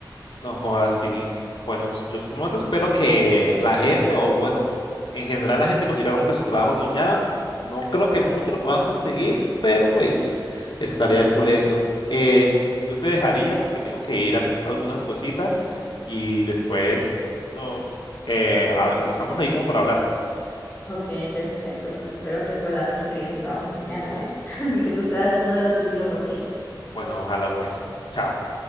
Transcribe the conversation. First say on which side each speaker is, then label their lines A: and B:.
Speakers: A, on the left; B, on the left.
A: No jodas, sí. Bueno, yo solamente espero que la gente, o bueno, en general la gente consiga como que su trabajo soñado. No creo que muchos lo puedan conseguir, pero pues estaría cool eso. Eh, yo te dejaría porque tengo que ir a hacer algunas cositas y después nos eh, a- estamos ahí como para hablar.
B: Ok, perfecto, pues espero que puedas conseguir ese trabajo soñado, ¿eh? <laughs> que tú seas uno de los que sí lo consigue.
A: Bueno, ojalá pues. Chao.